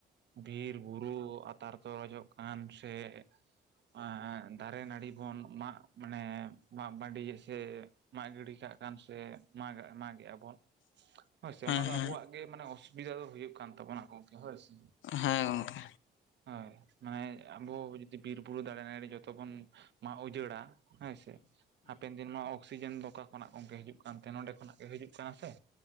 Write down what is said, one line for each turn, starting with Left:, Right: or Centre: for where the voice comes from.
Right: ᱵᱤᱨ ᱵᱩᱨᱩ᱾ ᱛᱟᱨ ᱠᱚ ᱦᱳᱭᱳᱜ ᱠᱟᱱ ᱥᱮ ᱟᱻ᱾ ᱫᱟᱨᱮ ᱱᱟᱲᱤ ᱵᱚᱱ ᱢᱟᱜ ᱢᱟᱱᱮ ᱢᱟᱜ ᱵᱟᱸᱰᱤᱭᱟ ᱥᱮ᱾ ᱢᱟᱜ ᱜᱤᱰᱤ ᱠᱟᱜ ᱠᱟᱱ ᱥᱮ ᱢᱟᱜᱟᱜ ᱢᱟᱜᱮᱜ ᱟ ᱵᱚᱱ᱾ ᱦᱳᱭ ᱥᱮ
Left: ᱦᱮᱸ
Right: ᱚᱱᱟ ᱫᱚ
Left: ᱦᱮᱸ
Right: ᱟᱵᱚᱣᱟᱜ
Left: ᱦᱮᱸ ᱜᱚᱝᱠᱮ
Right: ᱜᱮ ᱢᱟᱱᱮ ᱚᱥᱵᱤᱫᱟ ᱫᱚ ᱦᱳᱭᱳᱜ ᱠᱟᱱ ᱛᱟᱵᱚᱱᱟ ᱜᱚᱢᱠᱮ ᱦᱳᱭ ᱥᱮ᱾
Left: ᱦᱮᱸ ᱜᱚᱝᱠᱮ᱾
Right: ᱦᱳᱭ ᱢᱟᱱᱮ ᱟᱵᱚ ᱡᱩᱫᱤ ᱵᱤᱨ ᱵᱩᱨᱩ ᱫᱟᱨᱮ ᱱᱟᱹᱲᱤ ᱡᱚᱛᱚ ᱵᱚᱱ ᱢᱟᱜ ᱩᱡᱟᱹᱲᱟ᱾ ᱦᱮᱸ ᱥᱮ ᱦᱟᱯᱮᱱ ᱫᱤᱱ ᱢᱟ ᱚᱠᱥᱤᱡᱮᱱ ᱫᱚ ᱚᱠᱟ ᱠᱷᱚᱱᱟᱜ ᱜᱚᱝᱠᱮ ᱦᱤᱡᱩᱜ᱾ ᱠᱟᱱᱛᱮ ᱱᱚᱸᱰᱮ ᱠᱷᱚᱱᱟᱜ ᱜᱮ ᱦᱟᱹᱡᱩᱜ ᱠᱟᱱᱟ ᱥᱮ᱾